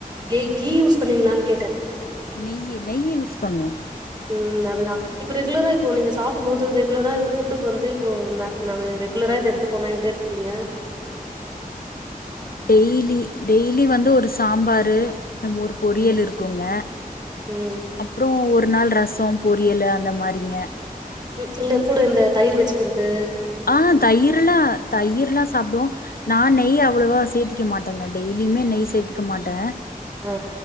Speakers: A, on the right; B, on the left.
A: கே கீ யூஸ் பண்ணுவீங்களான்னு கேட்ட
B: நெய் நெய் யூஸ் பண்ணுவோ
A: ம் அதுதா இப்ப ரெகுலரா இப்போ நீங்க சாப்டும் போது ரெகுலரா ஃபுட்டுக்கு வந்து இப்போ நாங்க ரெகுலரா இது எத்துபோனா எத எத்துப்பீங்க
B: டெய்லி டெய்லி வந்து ஒரு சாம்பாரு ஒரு பொரியல்
A: ம்
B: இருக்குங்க
A: ம்.
B: அப்ரோ ஒரு நாள் ரசோ பொரியலு அந்த மாரிங்க
A: ம் இல்ல கூட வந்து தயிரு வெச்சுகறது
B: ஆ தயிர்ல்லா தயிர்ல்லா சாப்டுவோ நா நெய் அவ்ளவா சேத்திக்க மாட்டேங்க டெய்லியுமே நெய் சேத்திக்க மாட்ட
A: ஆ